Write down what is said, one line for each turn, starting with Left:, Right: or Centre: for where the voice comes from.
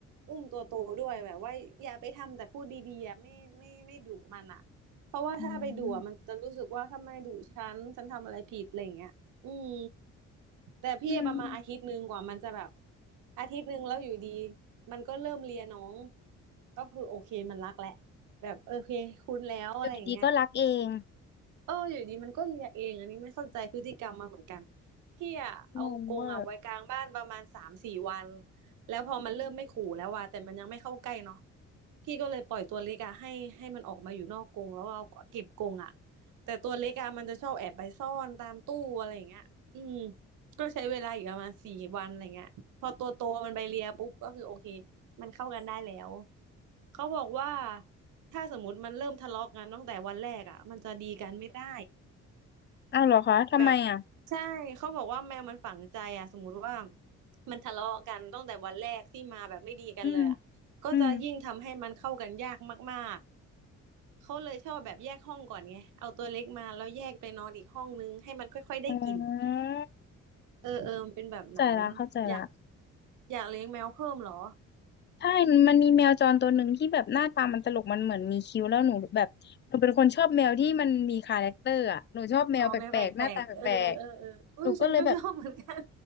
Right: อุ้มตัวโตด้วยแบบว่าอย่าไปทำแต่พูดดีๆอะไม่ไม่ไม่ดุมันอ่ะเพราะว่าถ้าไปดุอะมันจะรู้สึกว่าทำไมดุฉันฉันทำอะไรผิดอะไรอย่างเงี้ยอืม
Left: อืม
Right: แต่พี่ประมาณอาทิตย์หนึ่งกว่ามันจะแบบ
Left: อืม
Right: อาทิตย์หนึ่งแล้วอยู่ดีมันก็เริ่มเลียน้องก็คือโอเคมันรักแหละแบบโอเคคุ้นแล้วอะไรอย่างเงี้ย
Left: อยู่ดีๆก็รักเอง
Right: เอออยู่ดีมันก็เลียเองอันนี้ไม่เข้าใจพฤติกรรมมาเหมือนกันพี่อะเอากรงอะไว้กลางบ้านประมาณสามสี่วัน
Left: งงเวอร์
Right: แล้วพอมันเริ่มไม่ขู่แล้วว่ะแต่มันยังไม่เข้าใกล้เนาะพี่ก็เลยปล่อยตัวเล็กอะให้ให้มันออกมาอยู่นอกกรงแล้วเอาเก็บกรงอะแต่ตัวเล็กอะมันจะชอบแอบไปซ่อนตามตู้อะไรอย่างเงี้ยอืมก็ใช้เวลาอยู่ประมาณสี่วันอะไรเงี้ยพอตัวโตมันไปเลียปุ๊บก็คือโอเค มันเข้ากันได้แล้วเขาบอกว่าถ้าสมมติมันเริ่มทะเลาะกันตั้งแต่วันแรกอ่ะมันจะดีกันไม่ได้
Left: อ้าวเหรอคะทำไมอ่ะ
Right: แบบใช่เขาบอกว่าแมวมันฝังใจอ่ะสมมุติว่ามันทะเลาะกันตั้งแต่วันแรกที่มาแบบไม่ดีกันเลยอ่ะก็จะยิ่งทำให้มันเข้ากันยากมาก
Left: อืมอืม
Right: ๆเขาเลยชอบแบบแยกห้องก่อนไงเอาตัวเล็กมาแล้วแยกไปนอนอีกห้องนึงให้มันค่อยๆได้กินอะ
Left: อ๋อ
Right: เออเออมันเป็นแบบนั้นอยาก
Left: เข้าใจละเข้าใจละ
Right: อยากเลี้ยงแมวเพิ่มเหรอ
Left: ใช่มันมีแมวจรตัวหนึ่งที่แบบหน้าตามันตลกมันเหมือนมีคิ้วแล้วหนูแบบหนูเป็นคนชอบแมวที่มันมีคาแรคเตอร์อ่ะหนูชอบแมวแปลกๆหน้าตาแปลกๆหนูก็เลยแบบ
Right: อ๋อแม่แปลกๆเออเออเอออุ้ยฉันก็ชอบเหมือนกัน